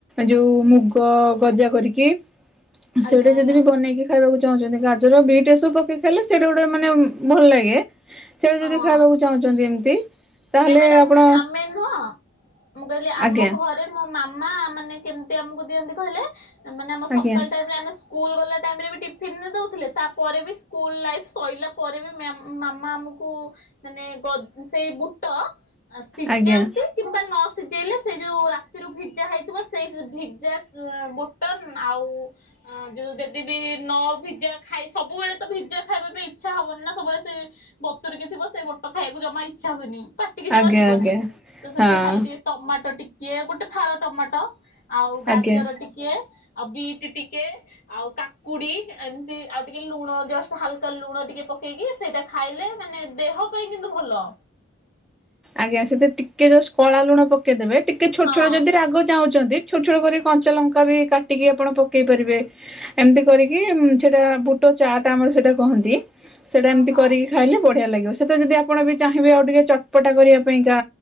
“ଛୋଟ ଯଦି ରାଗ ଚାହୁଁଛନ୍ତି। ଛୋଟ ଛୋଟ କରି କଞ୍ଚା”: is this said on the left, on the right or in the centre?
Centre